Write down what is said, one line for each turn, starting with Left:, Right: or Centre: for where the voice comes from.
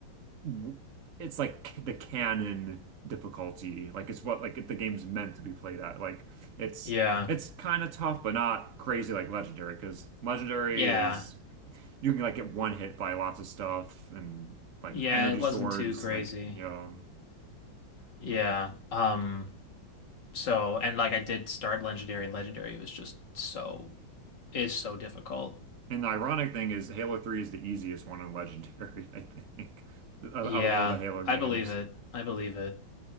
Right: w- it's like the canon difficulty. Like it's what like the game's meant to be played at. Like it's
Left: Yeah.
Right: it's kind of tough but not crazy like legendary because legendary
Left: Yeah.
Right: is you can like get one hit by lots of stuff and like
Left: Yeah,
Right: energy
Left: it wasn't
Right: swords
Left: too crazy.
Right: like you know
Left: Yeah. Um so and like I did start legendary and legendary was just so is so difficult.
Right: And the ironic thing is, Halo 3 is the easiest one in Legendary, <laughs> I think, out
Left: Yeah,
Right: out of all the Halo
Left: I
Right: games.
Left: believe it. I believe it.